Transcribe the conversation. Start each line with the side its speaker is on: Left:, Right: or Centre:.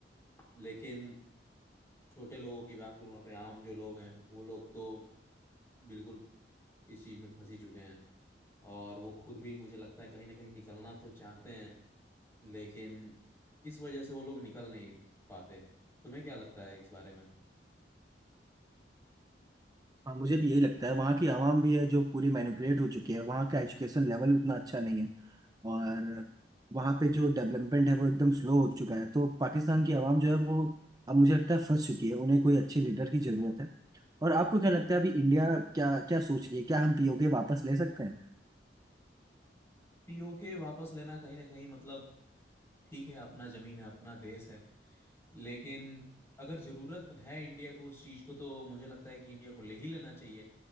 Left: लेकिन छोटे लोगों की बात करूँ वहाँ पे आम जो लोग हैं वो लोग तो बिल्कुल इस चीज में फंसी चुके हैं और वो खुद भी मुझे लगता है कहीं ना कहीं निकलना तो चाहते हैं लेकिन इस वजह से वो लोग निकल नहीं पाते तुम्हें क्या लगता है इस बारे में
Right: हाँ मुझे भी यही लगता है वहाँ की आवाम भी है जो पूरी मैनिपुलेट हो चुकी है वहाँ का एजुकेशन लेवल उतना अच्छा नहीं है और वहाँ पे जो डेवलपमेंट है वो एकदम स्लो हो चुका है तो पाकिस्तान की आवाम जो है वो अब मुझे लगता है फंस चुकी है उन्हें कोई अच्छे लीडर की जरूरत है और आपको क्या लगता है अभी इंडिया क्या क्या सोच रही है क्या हम पीओके वापस ले सकते हैं
Left: पीओके वापस लेना कहीं ना कहीं मतलब ठीक है अपना जमीन है अपना देश है लेकिन अगर जरूरत है इंडिया को उस चीज को तो मुझे लगता है कि इंडिया को ले ही लेना चाहिए